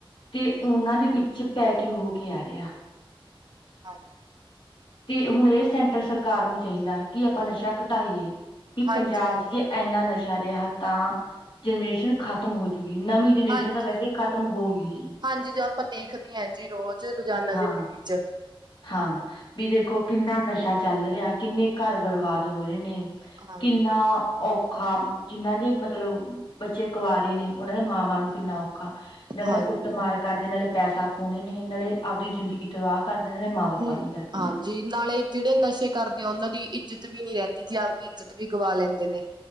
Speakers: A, on the left; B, on the right.
A: ਤੇ ਉਹਨਾਂ ਦੇ ਵਿੱਚ ਪੈਕਿੰਗ ਹੋ ਕੇ ਆ ਰਿਹਾ
B: ਹਾਂਜੀ
A: ਤੇ ਹੁਣ ਇਹ ਸੈਂਟਰ ਸਰਕਾਰ ਨੂੰ ਚਾਹੀਦਾ ਕਿ ਆਪਾਂ ਨਸ਼ਾ ਘਟਾਈਏ ਵੀ
B: ਹਾਂਜੀ
A: ਪੰਜਾਬ
B: ਹਾਂਜੀ
A: ਚ ਜੇ ਇਨਾ ਨਸ਼ਾ ਰਿਹਾ ਤਾਂ ਜਨਰੇਸ਼ਨ ਖਤਮ ਹੋਜੂਗੀ ਨਵੀਂ ਜਨਰੇਸ਼ਨ
B: ਹਾਂਜੀ
A: ਤਾਂ ਵੈਸੇ ਖਤਮ ਹੋ ਗਈ ਸੀ
B: ਹਾਂਜੀ ਜੋ ਆਪਾਂ ਦੇਖਦੇ ਹ ਜੀ ਰੋਜ਼ ਰੋਜ਼ਾਨਾ
A: ਹਾਂ
B: ਜ਼ਿੰਦਗੀ ਚ
A: ਹਾਂ ਵੀ ਦੇਖੋ ਕਿੰਨਾ ਨਸ਼ਾ ਚੱਲ ਰਿਹਾ ਕਿੰਨੇ ਘਰ ਬਰਬਾਦ ਹੋ ਰਹੇ ਨੇ
B: ਹਾਂਜੀ
A: ਕਿੰਨਾ ਔਖਾ ਜਿੰਨਾਂ ਦੇ ਮਤਲਬ ਬੱਚੇ ਕੁਵਾਰੇ ਨੇ ਉਹਨਾਂ ਦੇ ਮਾਵਾਂ ਨੂੰ ਕਿੰਨਾ ਔਖਾ ਨਾਲੇ
B: ਹਾਂਜੀ
A: ਤਾਂ ਕੁੱਟ ਮਾਰ ਕਰਦੇ ਨਾਲੇ ਪੈਸਾ ਖਉਂਦੇ ਨੇ ਨਾਲੇ ਆਪਦੀ ਜ਼ਿੰਦਗੀ ਤਬਾਹ- ਕਰਦੇ ਨਾਲੇ ਮਾਂ ਬਾਪਾਂ
B: ਹਮ
A: ਨੀ ਕਰਦੇ
B: ਹਾਂਜੀ
A: ਨੇ
B: ਨਾਲੇ ਜਿਹੜੇ ਨਸ਼ੇ ਕਰਦੇ ਆ ਉਹਨਾਂ ਦੀ ਇੱਜਤ ਵੀ ਨੀ ਰਹਿੰਦੀ ਆਪਦੀ ਇੱਜ਼ਤ ਵੀ ਗਵਾ ਲੈਂਦੇ ਨੇ